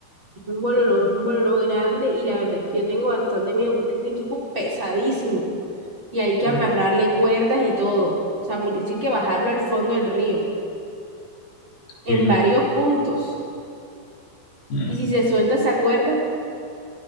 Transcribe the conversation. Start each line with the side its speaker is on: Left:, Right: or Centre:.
Right: Es un bololo, es un bololo grande y la verdad es que yo tengo bastante miedo porque es un equipo pesadísimo y hay que
Left: Mm.
Right: amarrarle cuerdas y todo. O sea, porque sí hay que bajarlo al fondo del río. en
Left: Uy, no.
Right: varios puntos.
Left: Mm.
Right: Y si se suelta esa cuerda,